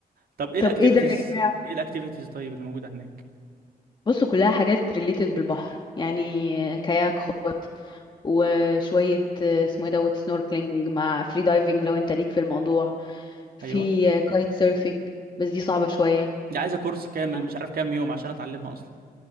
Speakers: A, on the right; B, on the left.
A: طب ايه
B: طب
A: الاكتيفيتيز
B: ايه ده يا جماعة
A: ايه الاكتيفيتيز طيب اللي موجوده هناك
B: بصوا كلها حاجات ريليتد بالبحر يعني كاياك خد وشوية آه، اسمه ايه دوت سنوركلينج مع فري دايفنج لو انت ليك في الموضوع في
A: ايوه
B: آه، كايت سيرفينج بس دي صعبة شوية
A: دي عايزه كورس كامل
B: آه.
A: مش عارف كام يوم عشان اتعلمها اصلا